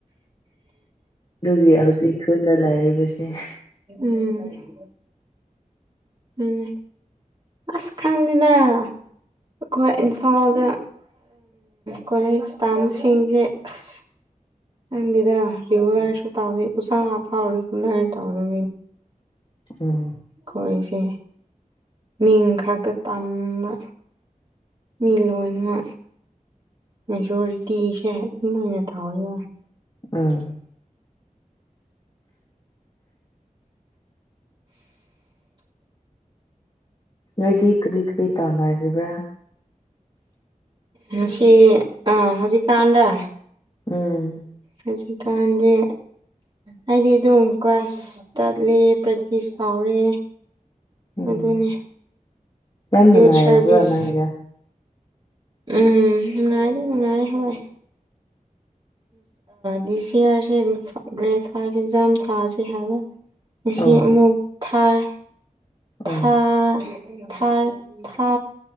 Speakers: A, on the left (about 35°); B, on the right (about 35°).
A: ꯑꯗꯨꯒꯤ ꯍꯧꯖꯤꯛꯈꯨꯜꯗ ꯂꯩꯔꯤꯕꯁꯤ
B: ꯎꯝ ꯎꯝ ꯑꯁ ꯈꯪꯗꯅ ꯑꯩꯈꯣꯏ ꯏꯝꯐꯥꯜꯗ ꯀꯣꯂꯦꯖꯇꯥꯥꯝꯁꯤꯡꯁꯦ ꯑꯁ ꯈꯪꯗꯦꯗ ꯔꯤꯒꯨꯂꯔꯁꯨ ꯇꯥꯎꯗꯦ ꯎꯁꯥ ꯐꯥꯎꯔꯤꯒꯨꯂꯔ ꯇꯗꯦ
A: ꯎꯝ
B: ꯀꯣꯏꯁꯦ ꯃꯤꯡ ꯈꯛꯇ ꯇꯝꯕ ꯃꯤ ꯂꯣꯏꯅ ꯃꯦꯖꯣꯔꯤꯇꯤꯁꯦ ꯑꯗꯨꯝꯥꯏꯅ ꯇꯧꯋꯤ
A: ꯎꯝ ꯅꯣꯏꯗꯤ ꯀꯔꯤ ꯀꯔꯤ ꯇꯧꯅꯔꯤꯕ꯭ꯔꯥ
B: ꯃꯁꯤ ꯑ ꯍꯧꯖꯤꯛꯀꯥꯟꯗ
A: ꯎꯝ
B: ꯉꯁꯤ ꯀꯥꯟꯖꯦ ꯑꯩꯗꯤ ꯑꯗꯨꯝ ꯀ꯭ꯂꯥꯁ ꯆꯠꯂꯦ ꯄ꯭ꯔꯦꯛꯇꯤꯁ ꯇꯧꯔꯦ
A: ꯎꯝ
B: ꯑꯗꯨꯅꯦ
A: ꯌꯥꯝ ꯅꯨꯡꯉꯥꯏꯔꯕ꯭ꯔꯣ
B: ꯌꯨꯠ ꯁꯥꯔꯚꯤꯁ
A: ꯅꯪꯒꯤꯗ
B: ꯎꯝ ꯅꯨꯡꯉꯥꯏꯗꯤ ꯅꯨꯡꯉꯥꯏ ꯍꯣꯢ ꯗꯤꯁ ꯌꯦꯔꯁꯦ ꯒ꯭ꯔꯦꯠ ꯐꯥꯏꯚ ꯑꯦꯛꯖꯥꯝ ꯊꯥꯁꯤꯦ ꯍꯥꯏꯕ ꯉꯁꯤ
A: ꯑꯣ
B: ꯑꯃꯨꯛ ꯊꯥꯏ
A: ꯑꯣ
B: ꯊꯥ ꯊ ꯊꯥ